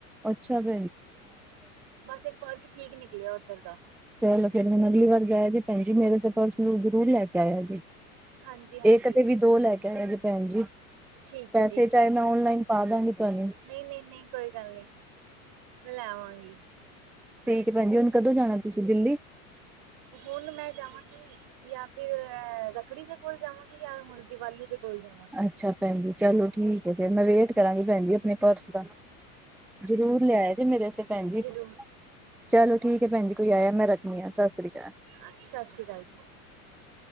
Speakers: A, in the centre; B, on the right.
A: ਅੱਛਾ <unintelligible>
B: ਬਸ ਇੱਕ ਪਰਸ ਠੀਕ ਨਿਕਲਿਆ ਉੱਧਰ ਦਾ
A: ਚਲੋ ਫੇਰ ਮੈਨੂੰ ਅਗਲੀ ਵਾਰ ਜਾਇਆ ਜੀ ਭੈਣਜੀ ਮੇਰੇ ਵਾਸਤੇ ਪਰਸ ਜ਼ਰੂਰ ਲੈ ਕੇ ਆਇਆ ਜੇ
B: ਹਾਂਜੀ-ਹਾਂਜੀ
A: ਇੱਕ ਤੇ ਵੀ ਦੋ ਲੈ ਕੇ ਆਇਆ ਜੇ ਭੈਣ ਜੀ।
B: ਠੀਕ
A: ਪੈਸੇ
B: ਹੈ
A: ਚਾਹੇ ਮੈਂ ਔਨਲਾਈਨ ਪਾ ਦਾਂਗੀ ਤੁਹਾਨੂੰ
B: ਨਈ, ਨਈ, ਨਈਕੋਈ ਗੱਲ ਨੀ ਮੈਂ ਲੈ ਆਵਾਂਗੀ।
A: ਠੀਕ ਹੈ ਭੈਣ ਜੀ ਹੁਣ ਕਦੋਂ ਜਾਣਾ ਤੁਸੀਂ ਦਿੱਲੀ
B: ਹੁਣ ਮੈਂ ਜਾਵਾਂਗੀ ਜਾਂ ਫਿਰ ਰੱਖੜੀ ਦੇ ਕੋਲ ਜਾਵਾਂਗੀ ਜਾਂ ਹੁਣ ਦੀਵਾਲੀ ਤੇ ਬੋਲ ਜਾ
A: ਅੱਛਾ ਭੈਣ ਜੀ ਚਲੋ ਠੀਕ ਹੈ ਫੇਰ ਮੈਂ ਵੇਟ ਕਰਾਂਗੀ ਭੈਣ ਜੀ ਆਪਣੇ ਪਰਸ ਦਾ ਜ਼ਰੂਰ ਲਿਆਏ ਜੀ ਮੇਰੇ ਅਸੇ ਭੈਣ ਜੀ
B: ਜ਼ਰੂਰ
A: ਚਲੋ ਠੀਕ ਏ ਭੈਣ ਜੀ ਕੋਈ ਆਇਆ ਮੈਂ ਰਖ ਮਿਆ ਸਸ੍ਰੀ ਕਾਲ।
B: ਹਾਂਜੀ ਸਤਿ ਸ੍ਰੀ ਅਕਾਲ